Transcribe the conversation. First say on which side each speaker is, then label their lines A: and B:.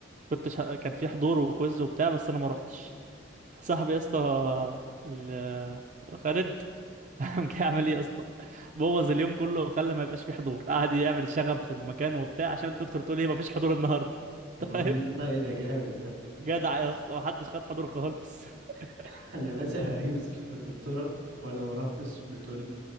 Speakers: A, on the right; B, on the right.
A: كنت شا... كان في حضور وكويز وبتاع بس انا ما روحتش فصاحبي يا اسطى ال- خالد <laughs> قام جاي عامل ايه يا اسطى بوظ اليوم كله وخلى ما يبقاش فيه حضور قعد يعمل شغب في المكان وبتاع عشان الدكتور تقول ايه مفيش حضور النهارده
B: <laughs>
A: <laughs>
B: والله
A: انت فاهم
B: ده جامد ده
A: جدع يا اسطى محدش خد حضور خالص <laughs>
B: <laughs> أنا يا باشا يوسف الدكتورة وأنا ما رحتش بتقول